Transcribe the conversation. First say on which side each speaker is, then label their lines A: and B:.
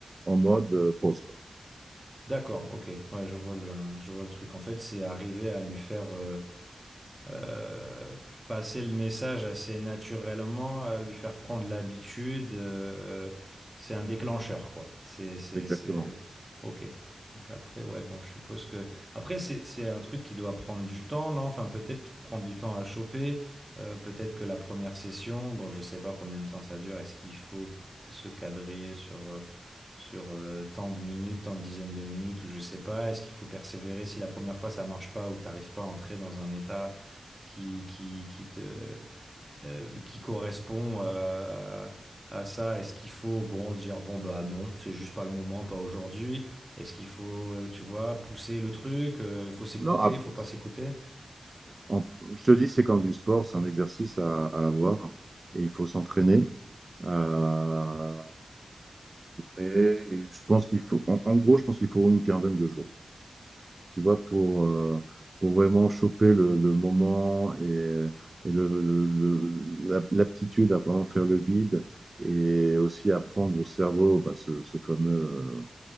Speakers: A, on the right; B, on the right.
A: en mode euh, pause, quoi.
B: D'accord, ok, ouais, je vois le, je vois le truc. En fait, c'est arriver à lui faire... euh, euh, passer le message assez naturellement, euh, lui faire prendre l'habitude, euh, euh, c'est un déclencheur, quoi. C'est, c'est,
A: Exactement.
B: c'est, ok. Donc après, ouais, bon, je suppose que après c'est, c'est un truc qui doit prendre du temps, non? Enfin, peut-être qu'il te prend du temps à choper. Euh, peut-être que la première session, bon, je sais pas combien de temps ça dure. Est-ce qu'il faut se cadrer sur euh, sur euh, tant de minutes, tant de dizaines de minutes, ou je sais pas, est-ce qu'il faut persévérer si la première fois ça marche pas ou t'arrives pas à entrer dans un état qui, qui, qui te, euh, qui correspond euh, à ça. Est-ce qu'il faut, bon, dire, bon, bah non, c'est juste pas le moment, pas aujourd'hui. Est-ce qu'il faut, euh, tu vois, pousser le truc, euh, il faut s'écouter,
A: Non, après,
B: il faut pas s'écouter.
A: en- je te dis, c'est comme du sport, c'est un exercice à, à avoir et il faut s'entraîner. Euh, mais je pense qu'il faut, en, en gros, je pense qu'il faut une quinzaine de jours, tu vois, pour, euh, pour vraiment choper le, le moment et, et le, le- le- la- l'aptitude à vraiment faire le vide et aussi apprendre au cerveau bah, ce, ce fameux